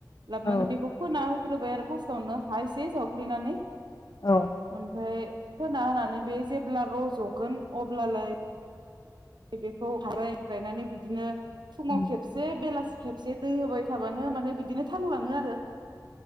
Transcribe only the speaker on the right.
लाबोनानै
बेखौ फोना हग्रोबाय आरो फास्स्टावनो हा एसे जावग्लिनानै,
ओमफ्राय फोना होनानै बे जेब्ला रज'गोन अब्लालाय बेखौ हाबाय गायनानै बिदिनो फुङाव
खेबसे बेलासि खेबसे दै होबाय थाबानो माने बिदिनो थांलाङो आरो।